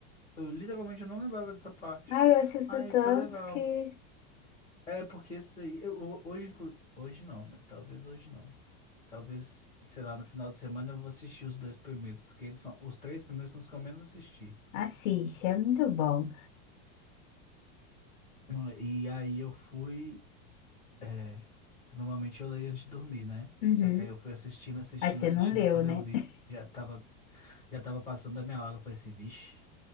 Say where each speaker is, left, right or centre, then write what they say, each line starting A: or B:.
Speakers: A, on the left; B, on the left.
A: Eu literalmente não lembrava dessa parte.
B: ah, eu assisto
A: Aí
B: tanto
A: foi legal.
B: que.
A: É, porque isso aí, eu, ho- hoje, inclu- hoje não, né? Talvez hoje não. Talvez, sei lá, no final de semana eu vou assistir os dois primeiros, porque eles são, os três primeiros são os que eu menos assisti.
B: Assiste, é muito bom.
A: Não, E aí eu fui, é, normalmente eu leio antes de dormir, né?
B: Uhum.
A: Só que aí eu fui assistindo, assistindo,
B: Aí você
A: assistindo,
B: não leu,
A: e quando
B: né?
A: eu vi,
B: <laughs>
A: já tava Já tava passando da minha hora, eu falei assim, vixe,